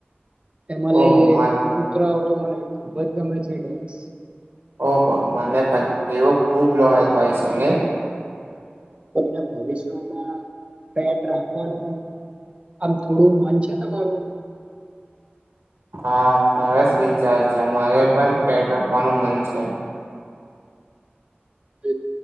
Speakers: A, on the right; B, on the right.
A: એમાં લઈ
B: ઓહો
A: લે
B: મ
A: કૂતરાઓ તો મને ખુબ જ ગમે છે ડોગ્સ.
B: ઓહો મને પણ તેવ ખુબ લોયલ હોય છે ને.
A: ના ભવિષ્યમાં પેટ રાખવાનું આમ થોડું મન છે તમારું.
B: <inaudible> હા સરસ વિચાર છે મારે પણ પેટ રાખવાનું મન છે.
A: હ